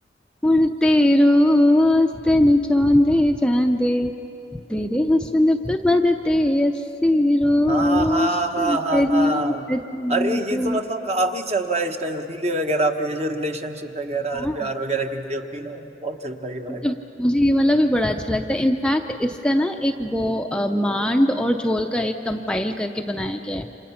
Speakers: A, in the centre; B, on the right.
A: मुड़ तेरो तेनु चांदे चांदे तेरे हुस्न पे मरते अस्सी रोज
B: हाँ हाँ
A: की
B: हाँ
A: करीब
B: हाँ हाँ
A: सजना
B: अरे ये
A: हो।
B: तो मतलब काफी चल रहा है इस टाइम रीले वगैरह पे ये जो रिलेशनशिप वगैरह
A: हाँ
B: प्यार वगैरह की रीले होती है ना बहुत चलता है ये वाला गाना
A: जब मुझे ये वाला भी बड़ा अच्छा लगता है इनफैक्ट इसका ना एक वो अ, मांड और झोल का एक कंपाइल करके बनाया गया है